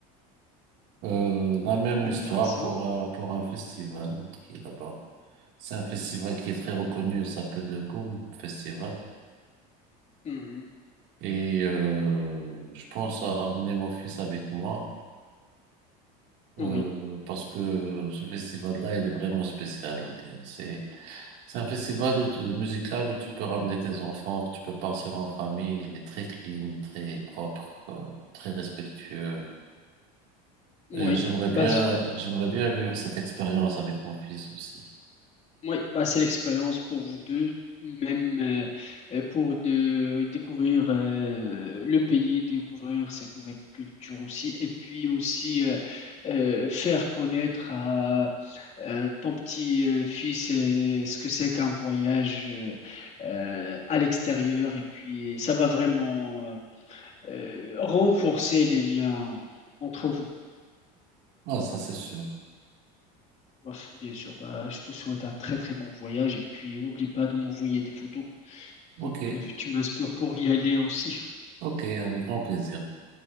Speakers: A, on the right (about 65°); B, on the left (about 35°).
A: Euh, la même
B: Intéressant.
A: histoire pour un, pour un festival qui est là-bas. C'est un festival qui est très reconnu, il s'appelle le Boom Festival.
B: Mhm.
A: Et euh, je pense à ramener mon fils avec moi euh,
B: Oui,
A: parce que ce festival-là, il est vraiment spécial. Il est- C'est, c'est un festival où tu- musical où tu peux ramener tes enfants, tu peux partir en famille. Il est très clean, très propre, euh, très respectueux.
B: oui.
A: Et j'aimerais bien,
B: Bah,
A: j'aimerais bien vivre cette expérience avec mon fils aussi.
B: Oui, bah, c'est l'expérience pour vous deux, même euh, euh, pour de découvrir euh, le pays, découvrir cette nouvelle culture aussi, et puis aussi euh, euh, faire connaître à euh, ton petit euh, fils euh, ce que c'est qu'un voyage euh, euh, à l'extérieur, et puis ça va vraiment euh, renforcer les liens entre vous.
A: Ah, ça c'est sûr.
B: Bof, Bien sûr, bah, je te souhaite un très très bon voyage et puis n'oublie pas de m'envoyer des photos.
A: Ok,
B: pour que tu m'inspires pour y aller aussi.
A: ok, avec grand plaisir.